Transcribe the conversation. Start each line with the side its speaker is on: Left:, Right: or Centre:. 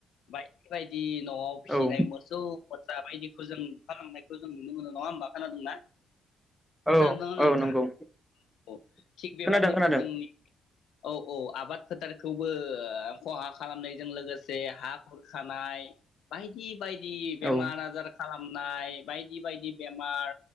Left: बाय बेबायदि न'आव फिसिनाय
Centre: औ
Left: मोसौ मोसा बायदिखौ जों हालौनायखौ जों नुनो मोनो नङा होमबा खानादोंना खोनादों
Centre: औ
Left: ना
Centre: औ
Left: नोंथां
Centre: नंगौ
Left: थिग बेबादिनो
Centre: खोनादों खोनादों
Left: जोंनि औ औ आबाद फोथारखौबो खहा खालामनायजों लोगोसे हा खुरखानाय बायदि बायदि बेमार
Centre: औ
Left: आजार खालामनाय बायदि बायदि बेमार